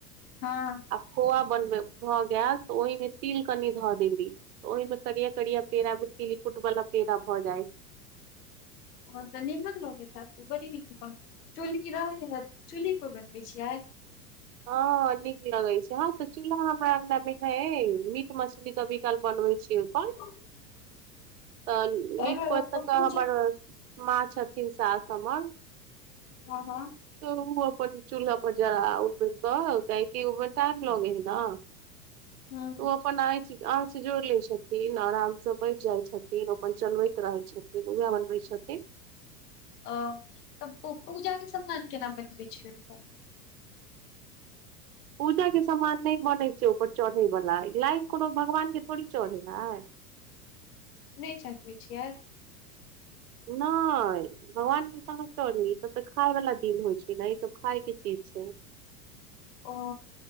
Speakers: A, on the left (about 65°); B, on the right (about 65°).
A: हँ
B: आ खोआ बनबै भऽ गेल तऽ ओहिमे तिल कनि धऽ देली तऽ ओहिमे करिया करिया पेड़ा मे तिलकुट बला पेड़ा भऽ जाइ
A: हँ तऽ निमन लगैत हैत तबड़ी नीक चुल्ही रहै हैत चुल्ही पर बनबै छियै
B: हँ नीक लगै छै हँ तऽ चूल्हा हमरा अंगना मे है मीट मछली कभी काल बनबै छियै ओहिपर
A: <inaudible>
B: तहन
A: तऽ
B: नीक
A: एहिमे
B: पोति
A: ओकर
B: कऽ
A: पूजा
B: हमर माँ छथिन सास हमर
A: हँ हँ
B: तऽ उ अपन चूल्हा पर जराउ <unintelligible> काहेकि ओ मे टाइम लगै है ने तऽ
A: हूँ
B: उ अपन आ <unintelligible> आँच जोड़ि लै छथिन आरामसँ बैठ जाइ छथिन ओ अपन चलबैत रहै छथिन उएह बनबै छथिन
A: ओ तब पूजा के समान केना बनबै छियै ओतऽ
B: पूजा के समान नहि बनै छै ऊपर चढ़ै वाला लाइ कोनो भगवान के थोड़ी चढ़ै है
A: नहि चढ़बै छीयै
B: नहि भगवान जी कहाँ चढ़ी ई सब तऽ खाय वला दिन होइ छै ने ई सब खाय के चीज छै
A: ओ